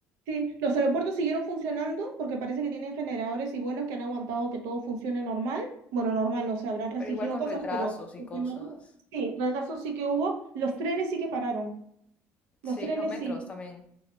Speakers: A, on the right; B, on the left.
A: sí. Los aeropuertos siguieron funcionando porque parece que tienen generadores y buenos que han aguantado que todo funcione normal. Bueno, normal, no se habrán restringido
B: Pero igual con
A: cosas,
B: retrasos
A: pero
B: y
A: funcionaron.
B: cosas.
A: Sí, retrasos sí que hubo. Los trenes sí que pararon. Los
B: Sí,
A: trenes
B: y los metros
A: sí.
B: también.